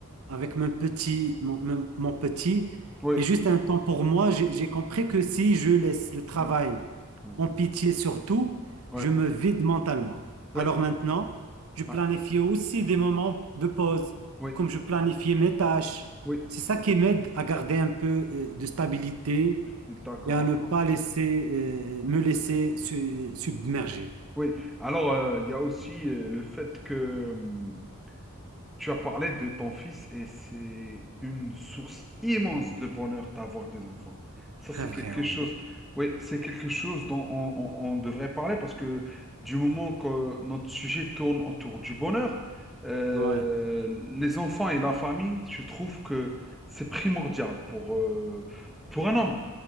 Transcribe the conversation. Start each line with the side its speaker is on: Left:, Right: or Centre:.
Right: avec mon petit, mon, mon- mon petit.
Centre: Oui.
Right: Et juste un temps pour moi, j'ai j'ai compris que si je laisse le travail
Centre: Oui. Ouais.
Right: en pitié surtout,
Centre: Ouais.
Right: je me vide mentalement.
Centre: Oui,
Right: Alors maintenant, je planifie
Centre: ouais.
Right: aussi des moments de pause,
Centre: oui,
Right: comme je planifiais mes tâches.
Centre: oui,
Right: C'est ça qui m'aide à garder un peu euh, de stabilité
Centre: d'accord.
Right: et à ne
Centre: à
Right: pas
Centre: 100%.
Right: laisser, euh, me laisser su- submerger.
Centre: Oui, alors euh, il y a aussi euh, le fait que hum, tu as parlé de ton fils et c'est une source immense de bonheur d'avoir des enfants. Ça,
Right: <laughs>
Centre: c'est
Right: C'est vrai,
Centre: quelque
Right: oui.
Centre: chose, oui, c'est quelque chose dont on, on- on devrait parler parce que du moment que notre sujet tourne autour du bonheur, euh,
Right: Ouais,
Centre: les enfants et la famille, je trouve que c'est primordial pour, euh, pour un homme.